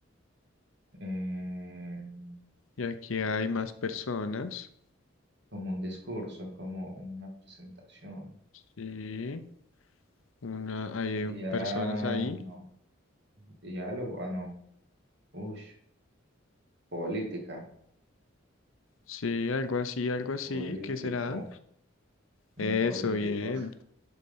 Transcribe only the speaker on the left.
Y aquí hay más personas.
Sí, una, hay
personas ahí.
Sí, algo así, algo así.
¿Qué será? Eso,
bien.